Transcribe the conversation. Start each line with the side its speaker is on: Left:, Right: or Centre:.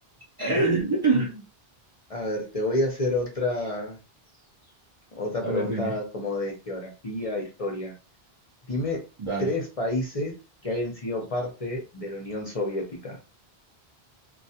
Right: <laughs>
Left: A ver, te voy a hacer otra, otra
Right: A
Left: pregunta
Right: ver, dime,
Left: como de geografía, historia. Dime
Right: dale.
Left: tres países que hayan sido parte de la Unión Soviética.